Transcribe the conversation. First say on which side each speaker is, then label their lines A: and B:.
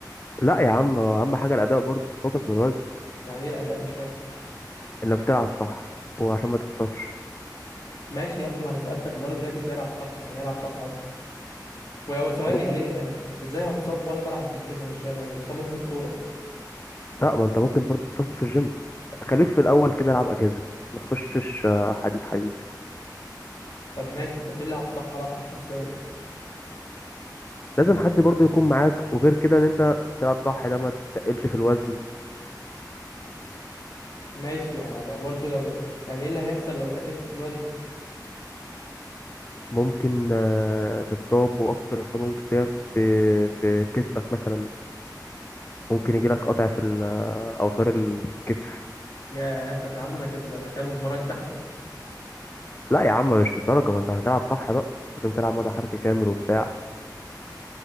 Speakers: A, on the left; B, on the left.
A: لا يا عم اهم حاجه الاداء برضه فوقك من الوزن
B: يعني ايه الاداء مش فاهم
A: انك تلعب صح وعشان ما تتصابش
B: ماشي يبدو ما انا سالتك برضه ده ازاي العب صح يعني إيه العب صح اصلا و- وثواني
A: بص
B: يعني ايه يعني ازاي هتصاب وانا بلعب في الجيم انا مش فاهم الاصابه في دي الكوره
A: لا ما انت ممكن برضه تتصاب في الجيم خليك في الاول كده العب اجازه ما تخشش آه، حديد حديد
B: طب ماشي انت بتقول لي العب صح العب صح ازاي
A: لازم حد برضه يكون معاك وغير كده ان انت تلعب صح ده ما تقلش في الوزن
B: ماشي يعني برضه لو يعني ايه اللي هيحصل لو تقلت في الوزن
A: ممكن آه، تتصاب واكتر اصابه ممكن تلاقيها في في كتفك مثلا ممكن يجي لك قطع في ال- آه، اوتار ال- في الكتف
B: ياه طب يا عم انا كده ده انا كده ما اتمرنش احسن
A: لا يا عم مش للدرجه ما انت هتلعب صح بقى لازم تلعب مدى حركه كامل وبتاع